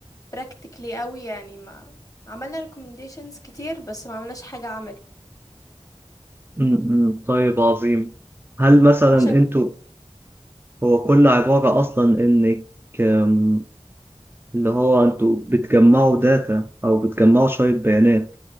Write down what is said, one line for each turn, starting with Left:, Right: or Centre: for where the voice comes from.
Left: practically قوي يعني ما عملنا recommendations كتير بس ما عملناش حاجة عملي
Right: م- م. طيب عظيم هل مثلا
Left: عشان
Right: أنتوا هو كل عبارة أصلا إنك آم، اللي هو أنتوا بتجمعوا داتا أو بتجمعوا شوية بيانات